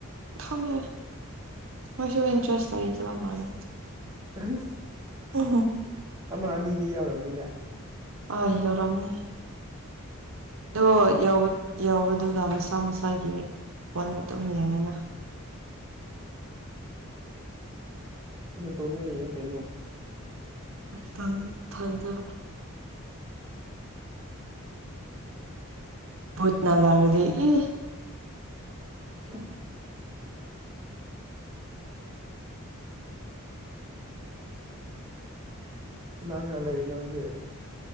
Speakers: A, on the right (about 65°); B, on the right (about 15°).
A: ꯈꯝꯅꯔꯦ ꯃꯁ ꯏꯟꯇꯔꯦꯁ ꯍꯥꯏ ꯏꯆ ꯑꯃꯅ
B: ꯑꯁ
A: ꯎ
B: ꯑꯃ ꯑꯅꯤꯗꯤ ꯌꯥꯎꯔꯕꯅꯤꯗ
A: ꯍ ꯌꯧꯎꯔꯝꯅꯤ ꯑꯗꯣ ꯌꯎꯧꯕꯗꯨꯗ ꯃꯁꯥ ꯃꯁꯥꯒꯤ ꯐꯣꯟ ꯑꯗꯨꯝ ꯌꯦꯡꯉꯤꯅ
B: <unintelligible> ꯇꯧꯅꯩꯅ ꯀꯩꯅꯅꯣ
A: ꯐꯝ ꯐꯗ ꯣꯠ ꯅ ꯂꯥꯛꯂꯗꯤ ꯏ
B: <unintelligible> ꯀꯅꯥ ꯀꯅꯥ ꯂꯩꯔꯤꯅꯣꯖꯤꯁꯦ